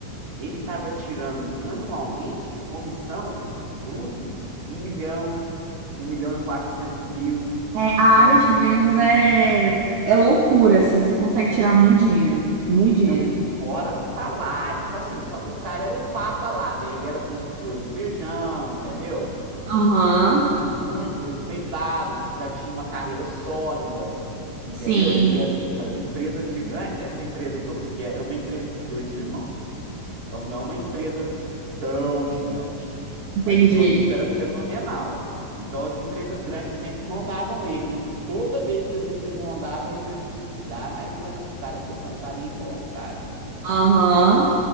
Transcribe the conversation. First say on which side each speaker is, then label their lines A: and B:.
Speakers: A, on the right (about 30°); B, on the right (about 65°).
A: Ele estava tirando anualmente de comissão bruto um milhão, um milhão e quatrocentos mil,
B: É, a
A: 900
B: área de vendas
A: mil.
B: é, é loucura, assim. Você consegue tirar muito dinheiro. Muito dinheiro.
A: Não, fora salário. Só assim, só que o cara era o papa lá, né? Ele era consultor de feijão, entendeu?
B: Aham.
A: entendeu? Muito respeitado, já tinha uma carreira sólida, entendeu?
B: Sim.
A: E, e as, em- as empresas gigantes, essa empresa que eu fiquei era uma empresa de dois irmãos. Então não é uma empresa tão gigante,
B: Entendi.
A: mas o produto era fenomenal. Então as empresas grandes sempre rondavam ele. E toda vez que as empresas rondavam, a empresa tinha que dar mais grana pro cara, porque senão o cara ia embora, sabe?
B: Aham.